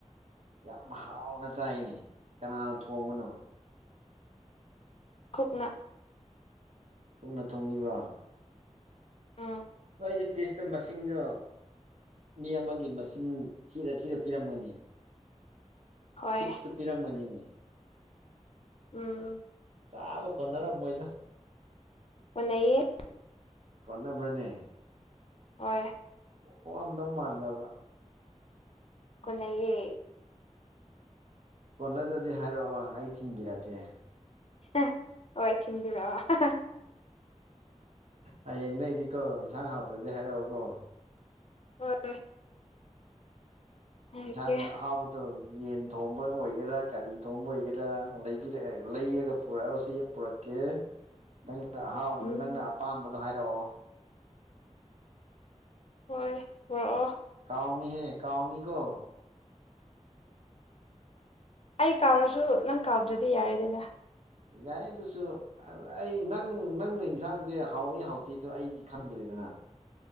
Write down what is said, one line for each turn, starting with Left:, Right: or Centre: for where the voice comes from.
Right: ꯌꯥꯝ ꯍꯥꯎꯅ ꯆꯥꯏꯅꯤ ꯀꯅꯥꯅ ꯊꯣꯡꯕꯅꯣ
Left: ꯈꯨꯠꯅꯥ꯫
Right: ꯀꯨꯡꯅ ꯊꯣꯡꯕꯤꯕ꯭ꯔꯥ
Left: ꯎꯝ
Right: ꯅꯣꯏ ꯑꯩꯗꯤ ꯄꯤꯁꯇ ꯃꯁꯤꯡꯗꯣ ꯃꯤ ꯑꯃꯒꯤ ꯃꯁꯤꯡ ꯊꯤꯔ ꯊꯤꯔ ꯄꯤꯔꯝꯒꯅꯤ
Left: ꯍꯣꯏ
Right: ꯄꯤꯛꯁꯇꯨ ꯄꯤꯔꯝꯒꯅꯤ
Left: ꯎꯝ
Right: ꯆꯥꯕ ꯀꯣꯟꯅꯔꯝꯃꯣꯏꯗ
Left: ꯑꯣ ꯅꯩꯌꯦ꯫
Right: ꯀ‌ꯣꯟꯅꯕ꯭ꯔꯅꯦ
Left: ꯍꯣꯏ
Right: ꯑꯣ ꯑꯝꯗꯧ ꯃꯥꯟꯗꯕ
Left: ꯀꯅꯌꯦ
Right: ꯀꯣꯟꯅꯗꯗꯤ ꯍꯥꯏꯔꯛꯑꯣ ꯑꯩ ꯊꯤꯟꯕꯤꯔꯛꯀꯦ
Left: ꯍꯥ- ꯍꯣꯏ ꯊꯤꯟꯕꯤꯔꯛꯑꯣ꯫
Right: ꯍꯌꯦꯡꯗꯒꯤꯗꯤꯀꯣ ꯏꯟꯁꯥꯡ ꯍꯥꯎꯇꯗꯤ ꯍꯥꯏꯔꯛꯑꯣꯀꯣ
Left: <inaudible> ꯍꯥꯏꯔꯛꯀꯦ
Right: ꯌꯥꯖ ꯍꯥꯎꯕꯗ ꯌꯦꯟ ꯊꯣꯡꯕ ꯑꯣꯏꯒꯦꯔꯥ ꯀꯒꯥꯔꯤ ꯊꯣꯡꯕ ꯑꯣꯏꯒꯦꯔꯥ ꯂꯩꯕꯤꯔꯛꯑꯒ ꯂꯩꯔꯒ ꯄꯨꯔꯛꯑꯁꯨ ꯌꯦ ꯄꯨꯔꯛꯀꯦ
Left: <inaudible>
Right: ꯅꯪꯅ ꯑꯍꯥꯎꯕꯗꯣ
Left: ꯎꯝ
Right: ꯅꯪꯅ ꯑꯄꯥꯝꯕꯗꯣ ꯍꯥꯏꯔꯛꯑꯣ
Left: ꯍꯣꯏ ꯍꯛꯑꯣ
Right: ꯀꯥꯎꯥꯎꯅꯤ ꯍ ꯀꯥꯎꯥꯎꯅꯤ ꯀꯣ
Left: ꯑꯩ ꯀꯥꯎꯔꯁꯨ ꯅꯪ ꯀꯥꯎꯕꯗꯗꯤ ꯌꯥꯔꯦꯗꯅ
Right: ꯌꯥꯏ ꯑꯗꯨꯨꯁꯨ꯫ ꯑꯩ ꯅꯪ ꯅꯪꯅ ꯌꯦꯟꯁꯥꯡꯁꯦ ꯍꯥꯎꯏ ꯍꯥꯎꯇꯦꯗꯣ ꯑꯩꯗꯤ ꯈꯪꯗ꯭ꯔꯦꯗꯅ